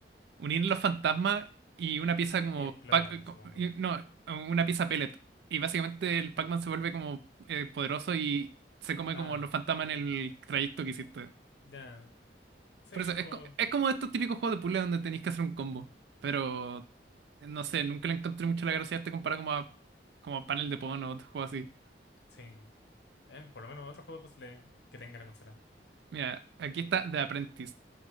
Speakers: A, on the right; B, on the left.
A: unir los fantasmas y una pieza como,
B: Y explotan,
A: Pac- co-
B: supongo.
A: y- no, una pieza pellet. Y básicamente el Pac-Man se vuelve como eh, poderoso y se come
B: Ah,
A: como los fantasmas en el trayecto que hiciste.
B: ya. Sí,
A: Por eso,
B: juego.
A: es, co- es como estos típicos juegos de puzzle donde tenéis que hacer un combo. Pero, no sé, nunca le encontré mucho la gracia a este comparado como a, como a panel de Pon o otro juego así.
B: Sí. Em, por lo menos otro juego de puzzle que tenga la consola.
A: Mira, aquí está The Apprentice.